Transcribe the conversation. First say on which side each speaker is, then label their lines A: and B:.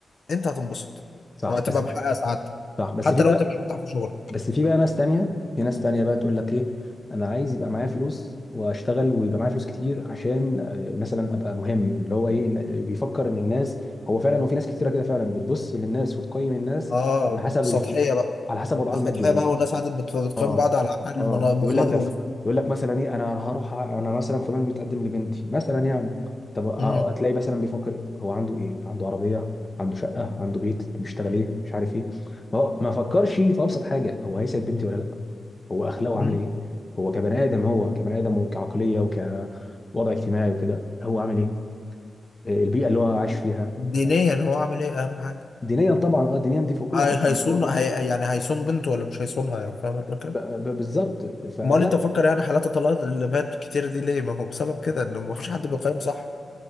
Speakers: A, on the left; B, on the left.
A: انت هتنبسط
B: صح
A: وهتبقى
B: بس
A: محقق سعادتك
B: صح بس
A: حتى
B: في بقى
A: لو انت مش مرتاح في شغلك
B: بس في بقى ناس تانية في ناس تانية بقى تقول لك إيه أنا عايز يبقى معايا فلوس وأشتغل ويبقى معايا فلوس كتير عشان آه، مثلا أبقى مهم اللي هو إيه إن- بيفكر إن الناس هو فعلا وفي ناس كتيرة كده فعلا بتبص للناس وتقيم الناس
A: اه
B: على حسب
A: السطحية
B: الف...
A: بقى
B: على حسب وضعها
A: السطحية
B: المادي يعني
A: بقى والناس قعدت بت- بتقيم
B: اه
A: بعض على حال المنا-
B: اه
A: المظاهر
B: يقول لك دفع
A: وال...
B: يقول لك مثلا ايه انا هروح ع- انا مثلا فلان متقدم لبنتي مثلا يعني طب آه،
A: مم.
B: هتلاقي مثلا بيفكر إيه؟ هو عنده ايه عنده عربيه عنده شقه عنده بيت بيشتغل ايه مش عارف ايه ما هو ما فكرش في ابسط حاجه هو هيسعد بنتي ولا لا هو اخلاقه
A: مم.
B: عامله ايه هو كبني ادم هو كبني ادم وكعقليه وكوضع اجتماعي وكده هو عامل ايه آه، البيئه اللي هو عايش فيها
A: دينيا هو عامل ايه اهم حاجة
B: دينيا طبعا اه دينيا دي فوق كل
A: هي
B: حاجه
A: هيصون
B: المفروض يعني
A: هي يعني هيصون بنته ولا مش هيصونها يعني فاهم الفكرة؟
B: ب- ب- بالظبط فلا
A: امال انت فكر يعني حالات الطلاق اللي بقت كتير دي ليه؟ ما هو بسبب كده ان مفيش حد بيقيم صح،